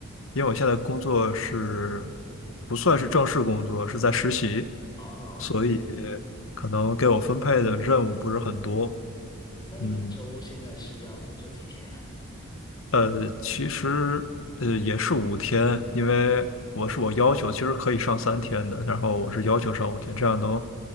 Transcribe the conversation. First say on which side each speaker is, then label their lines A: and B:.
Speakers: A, on the left (about 65°); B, on the left (about 20°).
A: 因为我现在工作是不算是正式工作，是在实习，
B: 啊，
A: 所以可能给我分配的任务不是很多，
B: 那你一周现在是要工作几天呀？
A: 嗯。呃，其实呃也是五天，因为我是我要求，其实可以上三天的，然后我是要求上五天，这样能